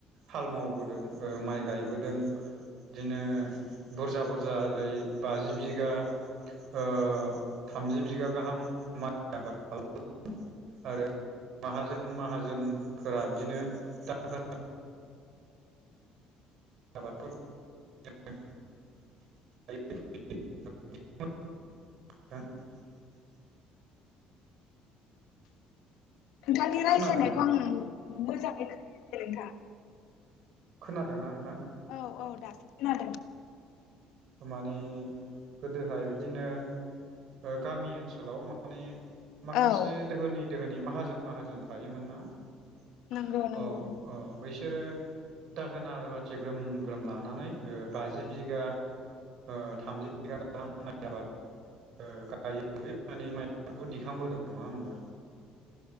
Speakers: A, on the right; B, on the left.
A: हाल मावबोदों ओ माइ गायबोदों बिदिनो बुरजा बुरजा ओरै बाजि बिगा ओ थामजि बिगा गाहाम माइ आबाद खालाम आरो माहाजोन माहाजोनफोरा बिदिनो द आबाद <unintelligible> <unintelligible>
B: नोंथांनि रायज्लायनायखौ
A: खोनादोंना
B: आं मोजाङै खोनायाखै नोंथां
A: खोनादोंना नोंथां
B: औ औ दासो खोनादों
A: माने गोदोहाय बिदिनो ओ गामि ओनसोलाव माने माखासे
B: औ
A: दोहोनि दोहोनि मा माहाजोन माहाजोन थायोमोन ना औ
B: नंगौ नंगौ
A: ओ बैस सोरो दाहोना रुवाथि ग्रोम ग्रोम लानानै ओ बाजि बिगा ओ थामजि बिगा गाहाम माइ आबाद गायनानै माइ आबादखौ दिखांबोदों नङा होमबा